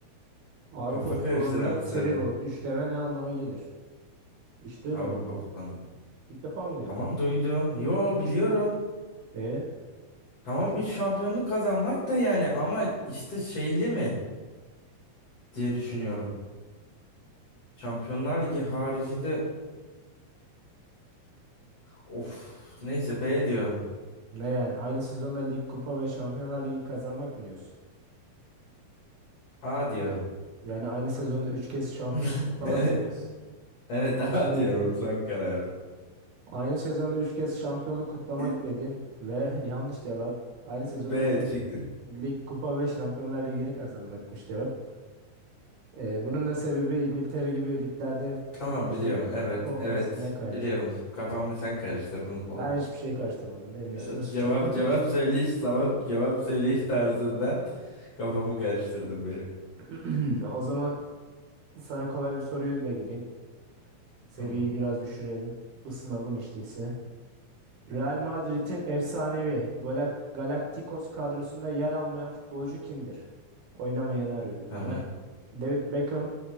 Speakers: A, on the right; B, on the left.
A: Avrupa
B: kafa
A: futbolunda
B: karıştıran bir soru.
A: treble, üçleme ne anlama gelir? Hiç duymadın
B: Avrupa
A: mı?
B: futbolunda.
A: İlk defa mı duydun?
B: Tamam duydum. Yo biliyorum.
A: E
B: Tamam 3 şampiyonluk kazanmak da yani ama işte şeyli mi diye düşünüyorum. Şampiyonlar Ligi haricinde Of neyse B diyorum.
A: ne yani? Aynı sezonda lig, kupa ve Şampiyonlar Ligi kazanmak mı diyorsun?
B: A diyorum.
A: Yani aynı sezonda 3 kez şampiyonluk
B: <laughs>
A: kutlamak
B: Evet.
A: mı diyorsun?
B: Evet A diyorum son kararı.
A: Aynı sezonda 3 kez şampiyonluk kutlamak
B: <laughs>
A: dedin ve <laughs> yanlış cevap. Aynı sezonda
B: B
A: lig,
B: çıktı.
A: lig, kupa ve Şampiyonlar Ligi'ni kazanmakmış cevap. Ee, bunun da sebebi İngiltere gibi liglerde
B: Tamam
A: çok fazla
B: biliyorum. Evet
A: kupa olmasından
B: evet
A: kaynaklı.
B: biliyorum. Kafamı sen karıştırdın. O,
A: Ben hiçbir şey karıştırmadım. Benim üstüme
B: e,
A: suç
B: cevap
A: attı.
B: cevap söyleyiş cevap, cevap söyleyiş tarzından kafamı karıştırdın benim.
A: <clears throat> O zaman sana kolay bir soruyla geleyim. Seviyeyi
B: Tamam.
A: biraz düşürelim. Isınalım hiç değilse. Real Madrid'in efsanevi Galak- Galacticos kadrosunda yer almayan futbolcu kimdir? Oynamayanı arıyoruz
B: Tamam.
A: burada. David Beckham,